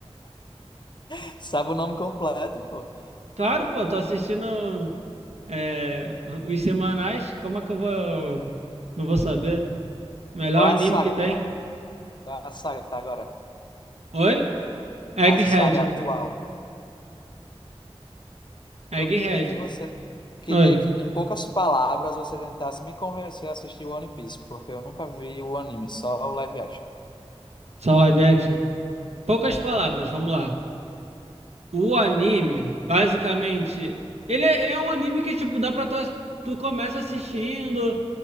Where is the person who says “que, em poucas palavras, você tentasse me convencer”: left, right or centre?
Left